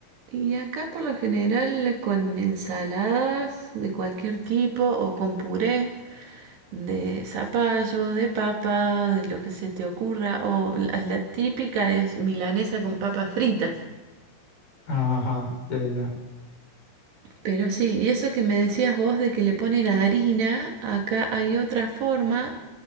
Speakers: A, on the right; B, on the left.
A: y acá por lo general con ensaladas de cualquier tipo o con puré de zapallo, de papa, de lo que se te ocurra, o la, la típica es milanesa con papas fritas.
B: Ajá, ya, ya, ya.
A: Pero sí, y eso que me decías vos de que le ponen harina, acá hay otra forma